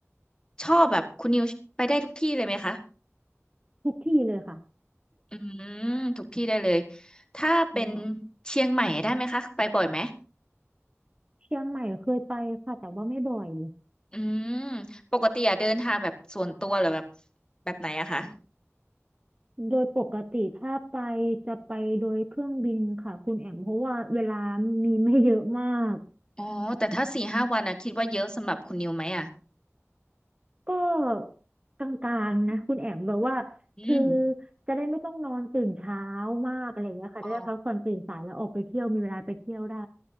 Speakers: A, on the left (about 20°); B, on the right (about 25°).
A: ชอบแบบคุณนิวไปได้ทุกที่เลยไหมคะ
B: ทุกที่เลยค่ะ
A: อืมทุกที่ได้เลยถ้าเป็น
B: อ่า
A: เชียงใหม่ได้ไหมคะไปบ่อยไหม
B: เชียงใหม่เคยไปค่ะแต่ว่าไม่บ่อย
A: อืมปกติอะเดินทางแบบส่วนตัวหรือแบบแบบไหนอะคะ
B: โดยปกติถ้าไปจะไปโดยเครื่องบินค่ะคุณแอมเพราะว่าเวลามีไม่เยอะมาก
A: อ๋อแต่ถ้าสี่ห้าวันอะคิดว่าเยอะสำหรับคุณนิวไหมอะ
B: ก็กลางๆนะคุณแอมแบบว่าคือ
A: อืม
B: จะได้ไม่ต้องนอนตื่นเช้ามากอะไรอย่างเงี้ยค่ะจะได้พักผ่อนตื่นสายแล้วออกไปเที่ยวมีเวลาไปเที่ยวได้
A: อ๋อ